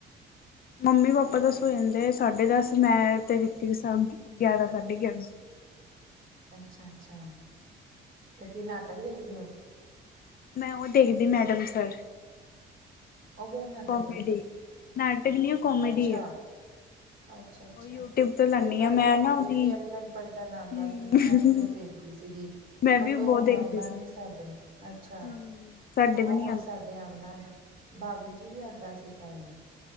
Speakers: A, on the left (about 50°); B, on the right (about 45°).
A: ਮੰਮੀ-ਪਾਪਾ ਤਾਂ ਸੋ ਜਾਂਦੇ ਸਾਢੇ ਦੱਸ, ਮੈਂ ਤੇ ਰਿਤੀਕ ਗਿਆਰਾ, ਸਾਢੇ ਗਿਆਰਾਂ।
B: ਅੱਛਾ-ਅੱਛਾ, ਤੇ ਕੀ ਨਾਟਕ ਦੇਖਦੇ ਓ?
A: ਮੈਂ ਉਹ ਦੇਖਦੀ, ਮੈਡਮ ਸਰ।
B: ਉਹ ਕਿਹੜਾ ਨਾਟਕ
A: ਕੋਮੇਡੀ,
B: ਏ
A: ਨਾਟਕ ਨੀ ਆ, ਕੋਮੇਡੀ
B: ਅੱਛਾ
A: ਆ।
B: ਅੱਛਾ ਅੱਛਾ
A: ਉਹ ਯੂਟਿਊਬ ਤੋਂ ਲਾਂਨੀ
B: ਇਹ ਪਹਿਲੇ
A: ਆ, ਮੈਂ
B: ਉਹ
A: ਨਾ
B: ਹੱਪੂ
A: ਉਹਦੀ,
B: ਕੀ ਅਲਟਨ ਪਲਟਨ ਆਉਂਦਾ
A: ਹੂੰ।
B: ਸੀ ਨਾ ਮੈਂ ਤੇ ਉਹ ਦੇਖਦੀ ਸੀਗੀ
A: ਮੈਂ
B: ਬਟ
A: ਵੀ ਬਹੁਤ
B: ਉਹ ਹੁਣ
A: ਦੇਖਦੀ
B: ਆਉਂਦਾ
A: ਸੀ,
B: ਨੀ
A: ਹੂੰ।
B: ਸਾਡੇ ਅੱਛਾ
A: ਸਾਡੇ ਵੀ
B: ਉਹ
A: ਨ
B: ਹੁਣ ਸਾਡੇ ਆਂਦਾ ਨੀ, ਭਾਬੀ ਜੀ ਵੀ ਆਂਦਾ ਸੀ ਪਹਿਲੇ।